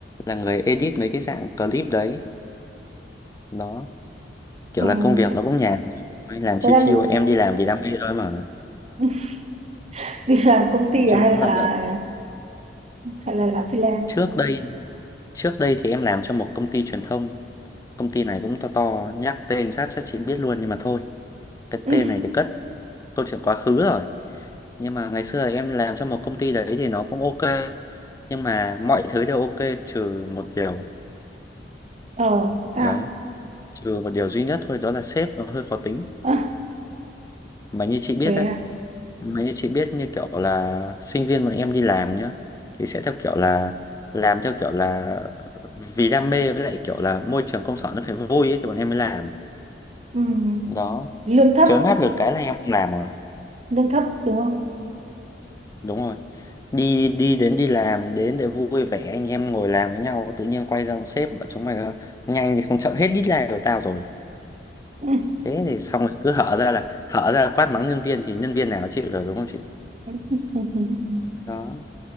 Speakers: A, on the left; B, on the right.
A: là người edit mấy cái dạng clip đấy đó kiểu
B: Ừ,
A: là công việc
B: thế,
A: nó cũng nhàn thôi, làm chill
B: thế là
A: chill
B: mình
A: em đi làm vì đam mê thôi mà
B: <laughs> đi làm công
A: nói
B: ty à?
A: chung
B: hay
A: cũng
B: là
A: lận đận
B: hay là làm freelance?
A: trước đây trước đây thì em làm cho một công ty truyền thông công ty này cũng to to nhắc tên phát chắc chị biết luôn nhưng mà thôi cái
B: Ừ.
A: tên này thì cất câu chuyện quá khứ rồi nhưng mà ngày xưa thì em làm cho một công ty đấy thì nó cũng ok nhưng mà mọi thứ đều ok trừ một điều
B: Ờ, sao?
A: đấy trừ một điều duy nhất thôi đó là sếp nó hơi khó tính
B: Ờ,
A: mà như chị biết
B: thế
A: đấy
B: à?
A: Mấy chị biết như kiểu là sinh viên bọn em đi làm nhá thì sẽ theo kiểu là làm theo kiểu là vì đam mê với lại kiểu là môi trường công sở nó phải vui ấy thì bọn em mới làm
B: Ừ.
A: đó
B: Lương thấp,
A: chớ áp lực cái là em không làm rồi
B: lương thấp đúng không?
A: đúng rồi đi đi đến đi làm đến để vui vẻ anh em ngồi làm với nhau tự nhiên quay ra ông sếp bảo chúng mày ờ, nhanh thì không chậm hết deadline của tao rồi
B: Ừ.
A: thế thì xong rồi cứ hở ra là hở ra quát mắng nhân viên thì nhân viên nào chịu được đúng không chị
B: <laughs>
A: đó